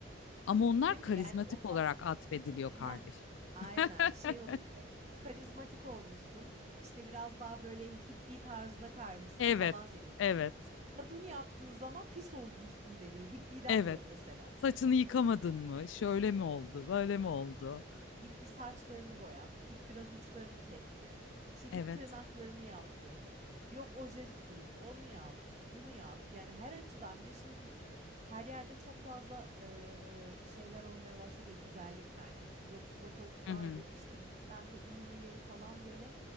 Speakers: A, on the left; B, on the right.
A: Ama onlar
B: Değil mi?
A: karizmatik
B: Yani o zaman
A: olarak atfediliyor kardeşim.
B: Ha, aynen
A: <laughs>
B: şey oluyor böyle. Karizmatik olmuşsun. İşte biraz daha böyle hippie tarzda kaymışsın
A: Evet,
B: falan deniyor. Kadın
A: evet,
B: kadın yaptığı zaman pis olmuşsun deniyor. Hippie denmiyor
A: evet.
B: mesela.
A: Saçını yıkamadın mı? Şöyle mi oldu? Böyle mi oldu?
B: Git bir saçlarını boyat, git biraz uçlarını kestir, işte git
A: Evet.
B: tırnaklarını yaptır, yok oje sür, onu yap, bunu yap. Yani her açıdan bir de şimdi her yerde çok fazla eee, şeyler olmaya başladı ya, güzellik merkezi. Yok botokslar,
A: Hı hı.
B: yok işte bilmem ne iğneleri falan böyle.